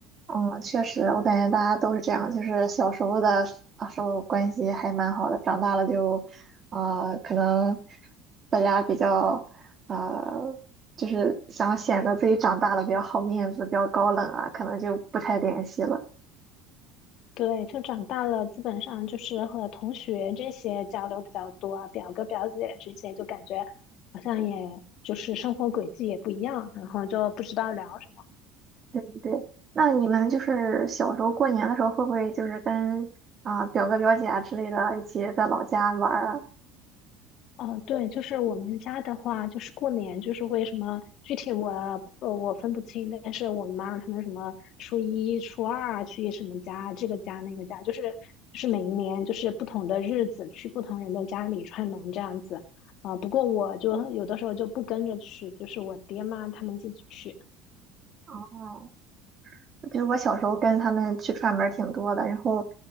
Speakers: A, on the right; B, on the left.
A: 嗯，确实，我感觉大家都是这样，就是小时候的啊时候关系还蛮好的，长大了就，呃，可能大家比较，呃，就是想显得自己长大了比较好面子，比较高冷啊，可能就不太联系了。
B: 对，就长大了，基本上就是和同学这些交流比较多啊，表哥表姐啊这些，就感觉好像也就是生活轨迹也不一样，然后就不知道聊什么。
A: 对对，那你们就是小时候过年的时候，会不会就是跟啊、表哥表姐啊之类的一起在老家玩儿啊？
B: 哦，对，就是我们家的话，就是过年就是为什么具体我呃我分不清，但是我妈他们什么初一、初二啊去什么家，这个家那个家，就是就是每一年就是不同的日子去不同人的家里串门这样子啊、不过我就有的时候就不跟着去，就是我爹妈他们自己去。
A: 哦比如我小时候跟他们去串门儿挺多的，然后，